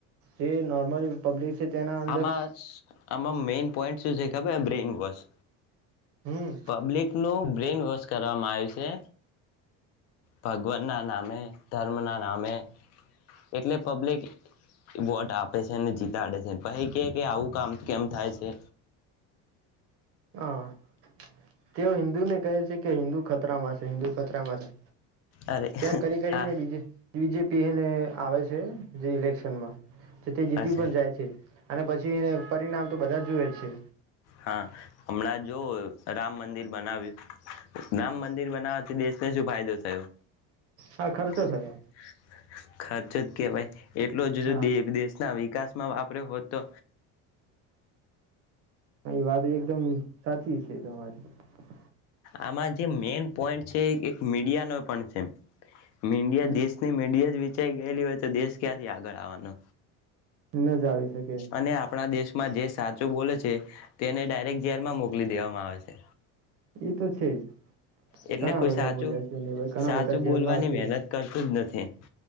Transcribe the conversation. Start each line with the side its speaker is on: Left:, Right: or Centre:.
Right: જે નોર્મલ પબ્લિક છે તેના અંદર
Left: આમાં આમાં મેન પોઈન્ટ શું છે થબ્બે બ્રેન વોશ
Right: હમ
Left: પબ્લિકનો બ્રેન વોશ કરવામાં આવ છે. ભગવાનના નામે ધર્મના નામે એટલે પબ્લિક વોટ આપે છે ને જીતા તાડે છે પહી કે કે આવું કામ કેમ થાય છે.
Right: હા. તેઓ હિન્દુને કહે છે કે હિન્દુ ખતરામાં છે હિન્દુ ખતરામાં છે.
Left: અરે
Right: કેમ કરી કરીને
Left: હા
Right: બીજે બીજેપી એને આવે છે, જે ઇલેક્શનમાં તો તે જીતી
Left: અચ્છા
Right: પણ જાય છે અને પછી એને પરિણામ તો બધા જુએ છે.
Left: હા હમણાં જો રા રામ મંદિર બનાવ્યું રામ મંદિર બનાવાથી દેશ ને શું ફાયદો થયો.
Right: હા ખર્ચો
Left: <inaudible>
Right: થયો
Left: ખર્ચત કેવાય એટલો જ જો
Right: હા
Left: દેશ ના વિકાસમાં વાપર્યો હો, હતો
Right: એ વાત એકદમ સાચી. <unintelligible>
Left: આમાં જે મેન પોઈન્ટ છે, એક મીડિયા નો પણ છે. મીડિયા
Right: હમ
Left: દેશની મીડિયા વિ ચાઈ ગયેલી હોય, તો દેશ ક્યાંથી આગળ આવવાનો.
Right: ન જ આવી શકે
Left: અને આપણા દેશમાં જે. સાચું બોલે છે, તેને ડાયરેક્ટ જેલમાં મોકલી દેવામાં આવે છે.
Right: એ તો છે જ
Left: એટલે
Right: ઘણા
Left: કોઈ
Right: બધા
Left: સાચું
Right: બોલ્યા છે ને ઘણા
Left: સાચું
Right: બધા જેલમાં
Left: બોલવાની
Right: છે
Left: મહેનત કરતું જ નથી.